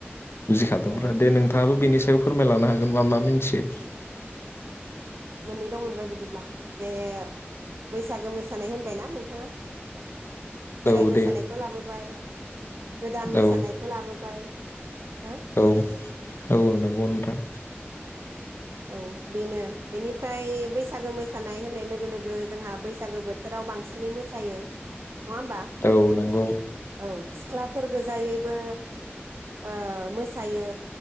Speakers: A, on the left; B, on the right.
A: बुजिखादोंब्रा
B: औ
A: दे नोंथाङाबो बेनि सा याव फोरमायलांनो हागोन मा मा मिथियो
B: मोननैल' मोनबाय बिदिब्ला दे बैसागो मोसानाय होनबायना नोंथाङा खेराइ
A: औ
B: मोसानायखौ
A: दे
B: लाबोबाय गोदान मोसानायखौ
A: औ
B: लाबोबाय ना
A: औ औ नंगौ नोंथां
B: औ बेनो बेनि फ्राय बैसागो मोसानाय होननाय लोगो लोगो जोंहा बैसागो बोथोराव बांसिनै मोसायो नङा होमबा
A: औ नंगौ
B: औ सिख्लाफोर गोजायैबो ओ मोसायो